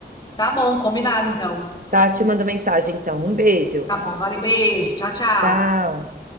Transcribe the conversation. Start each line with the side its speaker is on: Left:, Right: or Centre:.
Left: Tá bom, combinado então.
Right: Tá? Te mando mensagem então. Um beijo.
Left: Tá bom, valeu, beijo, tchau, tchau.
Right: Tchau.